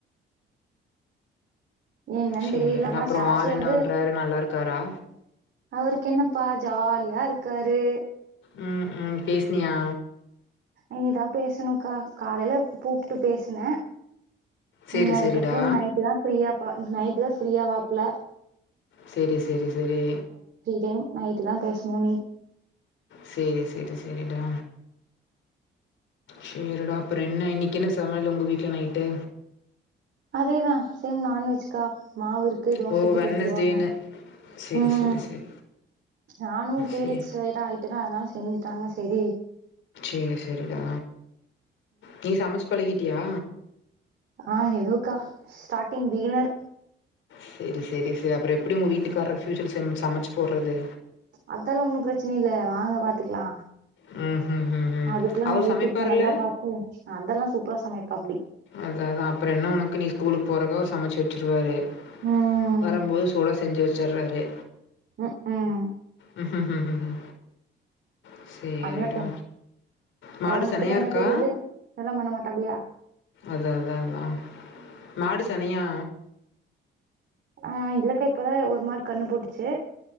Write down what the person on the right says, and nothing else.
என்னனு
தெரியல ஆனா
சாசு
வந்து
அவருக்கு என்னப்பா ஜாலி யா இருக்காரு
இனிதா பேசணுக்கா காலேல கூப்ட்டு பேசுன
உம் அதுக்கப்பறோ
நைட்டு தா ஃப்ரீயா பா நைட்டு தா ஃப்ரீயா ஆவாப்புல
டைம் நைட்டு தா பேசணு நீ
அதேதா சேம் நான்வெஜ்க்கா மாவு இருக்கு தோச
ஊத்தி
குடுத்துருவாங்க
உம்
நானு பீரியட்ஸ்
வேற ஆயிட்டேனா அதனால செஞ்சு விட்டாங்க சரி
ஆஹ் எதோக்கா ஸ்டார்ட் ட்டிங் பிகினர்
அதலா ஒன்னும் பிரச்சனை இல்ல வாங்க பாத்துக்கலா
அதுக்குல்லா
நா யூடியூப்
சேனல் எல்லா பாக்கு அதெல்லா சூ ப்ப சமைப்பாப்டி
ம்
உ உம்
பண்ணட்டும்
லவ்
மட்டு பண்ண
தெரியுது இதெல்லா பண்ண மாட்டாப்டியா
ஆஹ் இல்லக்கா இப்பதா ஒரு மாடு கண்ணு போட்டுச்சு